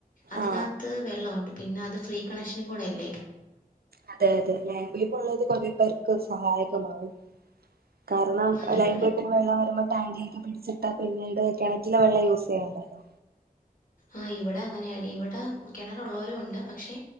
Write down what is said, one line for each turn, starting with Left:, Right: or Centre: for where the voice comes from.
Left: അതിനത്ത്
Right: ആഹ്
Left: വെള്ളോണ്ട് പിന്നെ അത് ഫ്രീ കണക്ഷനും കൂടെ അല്ലേ
Right: അതെ അതെ ലൈം പൈപ്പ്ള്ളത് കുറെേ പേർക്ക് സഹായകമാണ് കാരണം
Left: ആ ഞങ്ങളുടെ
Right: ലൈൻ പൈപ്പിന് വെള്ളം വരുമ്പോ ട്ടാങ്കിക്കെ പി- ചിട്ടാ പിന്നീട് കിണറ്റിലെ വെള്ളം യൂസ് ചെയ്യണ്ടല്ലോ
Left: ആ ഇവിടെ അങ്ങനെയാടി ഇവിടെ കിണറുള്ളവരും ഉണ്ട് പക്ഷെ